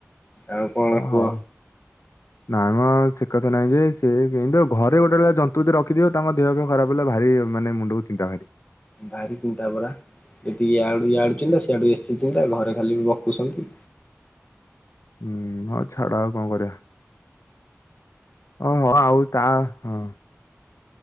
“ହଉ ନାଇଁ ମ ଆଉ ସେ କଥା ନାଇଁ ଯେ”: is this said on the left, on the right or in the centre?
Left